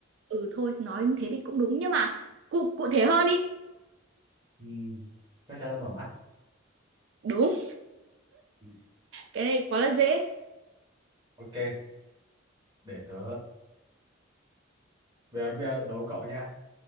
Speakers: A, on the right (about 65°); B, on the right (about 20°).
A: Ừ thôi, nói như thế thì cũng đúng nhưng mà cụ cụ thể hơn đi.
B: ừ, chắc chắn là mở mắt
A: Đúng,
B: Ừ.
A: cái này quá là dễ.
B: ok để tớ bây giờ bây giờ đố cậu nhé